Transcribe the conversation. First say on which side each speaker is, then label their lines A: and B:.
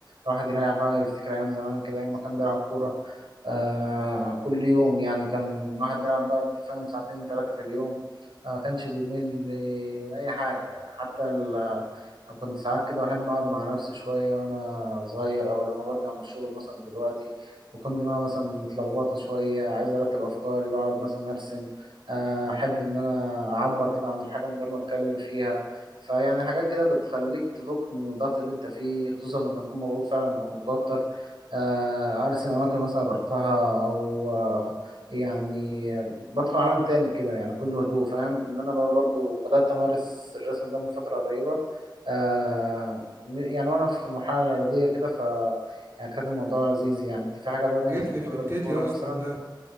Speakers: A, on the right (about 85°); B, on the right (about 30°).
A: الواحد يريح بقى يفتكر ايام زمان كده ايام ما كان بيلعب كوره آه كل يوم يعني كان الواحد بيلعب بقى انت فاهم ساعتين ثلاثه في اليوم آه كانش بيمل من اي حاجه حتى ال كنت ساعات كده بحب أقعد مع نفسي شوية وأنا صغير أو لما برجع من الشغل مثلا دلوقتي بكون دماغي مثلا متلخبطة شوية عايز أرتب أفكاري بقعد مثلا أرسم آه، احب ان انا اعبر كده عن الحاجه من غير ما اتكلم فيها فيعني حاجات كده بتخليك تفك من الضغط اللي انت فيه خصوصا لما تكون مضغوط فعلا او متوتر آه، ارسم اماكن مثلا رحتها او آه، يعني بدخل عالم تاني كده يعني كله هدوء فاهم ان انا بقى برضو بدات امارس الرسم ده من فتره قريبه آه، م- يعني وانا في المرحله الاعداديه كده ف يعني كانت الموضوع لذيذ يعني انت في حاجه تانية
B: جيت
A: بتحبها
B: لي في حتتي
A: غير الكوره
B: اصلا
A: مثلا
B: ده